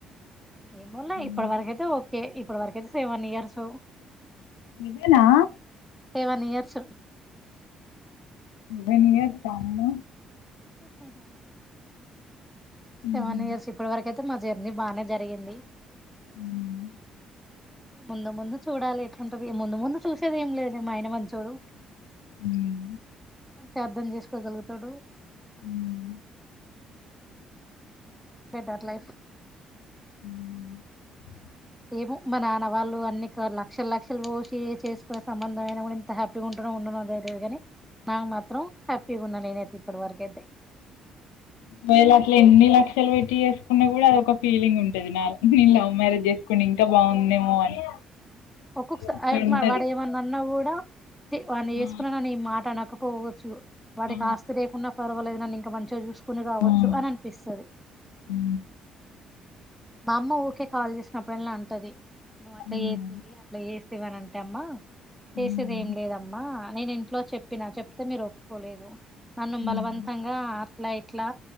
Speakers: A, in the centre; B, on the left.
A: ఏమోలే
B: హ్మ్.
A: ఇప్పటి వరకు అయితే ఓకే ప్పుడు వరకైతే సెవెన్ ఇయర్స్
B: ఇవేనా
A: సెవెన్ ఇయర్స్
B: వెళ్ళేసాము
A: ఆహహా
B: హుహు.
A: సెవెన్ ఇయర్స్ ఇప్పటి వరకు అయి తే మా జర్నీ బానే జరిగింది
B: మ్మ్
A: ముందు ముందు చూడాలి ఎట్లుంటదో ముందు ముందు చూసేదేం లేదు మాయైన మంచోడు
B: హ్మ్.
A: అంతే అర్థం చేసుకోగలుగుతాడు
B: మ్మ్
A: బెటర్ లైఫ్
B: మ్మ్
A: ఏమో మా నాన్న వాళ్ళు అన్ని లక్షల లక్షలు పోసి చేసుకునే సంబంధం అయినా కూడా ఇంత హ్యాపీగా ఉంటరో ఉండరో <unintelligible> తెలీదు కాని నాకు మాత్రం హ్యాపీగున్న నేనైతే ఇప్పటి వరకు అయితే
B: ఒకవేళ అట్లా ఎన్ని లక్షలు పెట్టీ చేసుకున్నా కూడా అదొక ఫీలింగ్ ఉంటది నా నేను లవ్ మ్యారేజ్ చేసుకున్న ఇంకా బాగుండు ఏమో అని
A: ఒక్కొక్కస
B: అట్లుంటది.
A: వాడు ఏమన్నా అన్నా కూడా చి వన్నీ చేసుకున్నా
B: ఆ!
A: గాని ఈ మాట అనక పోవచ్చు వాడికి
B: ఆ!
A: ఆస్తి లేకున్న పర్వాలేదు గని అక్కడ మంచచూసుకును కావచ్చు
B: హ్మ్.
A: అని అనిపిస్తది
B: హ్మ్.
A: మా అమ్మ ఊకే కాల్ చేసినప్ ప్పుడల్లా అంటది నువ్ అట్లా
B: హ్మ్.
A: చేస్థివి అట్లా చేస్థివి అని టమ్మా చేసేది
B: ఉమ్,
A: ఏం లేదమ్మా నేను ఇంట్లో చెప్ చెప్పిన చెప్తే మీరు ఒప్పుకోలేదు నన్ను
B: ఉమ్,
A: బలవంతంగా అట్ల ఇట్ ట్లా